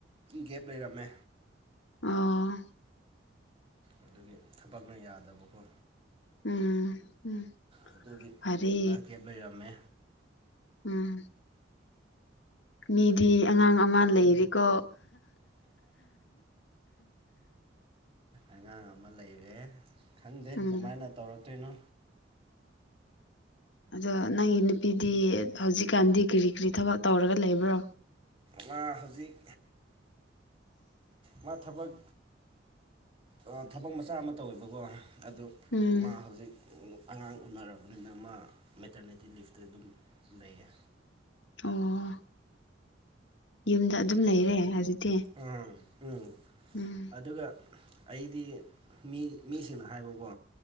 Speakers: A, on the right; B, on the left.
A: ꯒꯦꯞ ꯂꯩꯔꯝꯃꯦ
B: ꯑꯣ
A: ꯑꯗꯨꯒꯤ ꯊꯕꯛꯅ ꯌꯥꯗꯕꯀꯣ
B: ꯎꯝ ꯎꯝ
A: ꯑꯗꯨꯒꯤ
B: ꯐꯔꯦ
A: ꯀꯨꯏꯅ ꯒꯦꯞ ꯂꯩꯔꯝꯃꯦ
B: ꯎꯝ ꯃꯤꯗꯤ ꯑꯉꯥꯡ ꯑꯃ ꯂꯩꯔꯦꯀꯣ
A: ꯑꯉꯥꯡ ꯑꯃ ꯂꯩꯔꯦ ꯈꯪꯗꯦ
B: ꯎꯝ
A: ꯀꯃꯥꯏꯅ ꯇꯧꯔꯛꯇꯣꯏꯅꯣ
B: ꯑꯗꯣ ꯅꯪꯒꯤ ꯅꯨꯄꯤꯗꯤ ꯍꯧꯖꯤꯛꯀꯥꯟꯗꯤ ꯀꯔꯤ ꯀꯔꯤ ꯊꯕꯛ ꯇꯧꯔꯒ ꯂꯩꯕ꯭ꯔꯣ
A: ꯃꯥ ꯍꯧꯖꯤꯛ ꯃꯥ ꯊꯕꯛ ꯑꯥ ꯊꯕꯛ ꯃꯆꯥ ꯑꯃꯥ ꯇꯧꯋꯦꯕꯀꯣ ꯑꯗꯨ
B: ꯎꯝ
A: ꯃꯥ ꯍꯧꯖꯤꯛ ꯑꯉꯥꯡ ꯎꯅꯔꯕꯅꯤꯅ ꯃꯥ ꯃꯦꯇꯔꯅꯤꯇꯤ ꯂꯤꯞꯇ ꯑꯗꯨꯝ ꯂꯩꯌꯦ
B: ꯑꯣ ꯌꯨꯝꯗ ꯑꯗꯨꯝ ꯂꯩꯔꯦ ꯍꯖꯤꯛꯇꯤ
A: ꯑꯥ ꯎꯝ
B: ꯎꯝ
A: ꯑꯗꯨꯒ ꯑꯩꯗꯤ ꯃꯤ ꯃꯤꯁꯤꯡꯅ ꯍꯥꯏꯕꯀꯣ